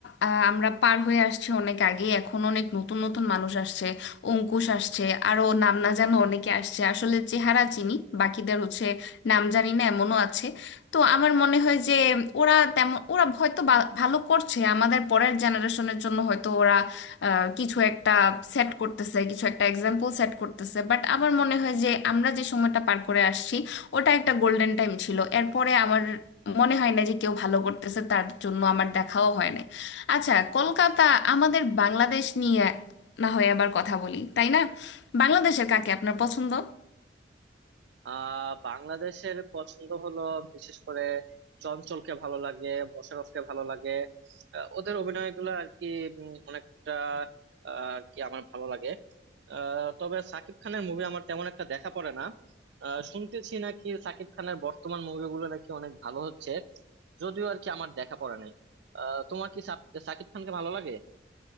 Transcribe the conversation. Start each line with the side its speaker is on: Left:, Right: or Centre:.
Left: আহ, আমরা পার হয়ে আসছি অনেক আগে এখন অনেক নতুন নতুন মানুষ আসছে অঙ্কুশ আসছে আরো নাম না জানা অনেকে আসছে আসলে চেহারা চিনি বাকিদের হচ্ছে নাম জানি না এমনও আছে তো আমার মনে হয় যে ওরা তেমন ওরা হয়তো বা- ভালো করছে আমাদের পরের জেনারেশনের জন্য হয়তো ওরা আহ, কিছু একটা সেট করতেছে কিছু একটা এক্সাম্পল সেট করতেছে বাট আমার মনে হয় যে আমরা যে সময়টা পার করে আসছি ওটা একটা গোল্ডেন টাইম ছিল এরপরে আমার মনে হয় না যে কেউ ভালো করতেছে তার জন্য আমার দেখাও হয় নাই আচ্ছা কলকাতা আমাদের বাংলাদেশ নিয়ে না হয় আবার কথা বলি তাই না বাংলাদেশের কাকে আপনার পছন্দ
Right: আহ বাংলাদেশের পছন্দ হলো বিশেষ করে চঞ্চলকে ভালো লাগে মোশাররফকে ভালো লাগে আহ, ওদের অভিনয়গুলো আর কি উম, অনেকটা আহ, আর কি আমার ভালো লাগে আহ, তবে সাকিব খানের মুভি আমার তেমন একটা দেখা পড়ে না আহ, শুনতেছি নাকি সাকিব খানের বর্তমান মুভিগুলো নাকি অনেক ভালো হচ্ছে যদিও আর কি আমার দেখা পড়ে নাই আহ, তোমার কি সাক- সাকিব খানকে ভালো লাগে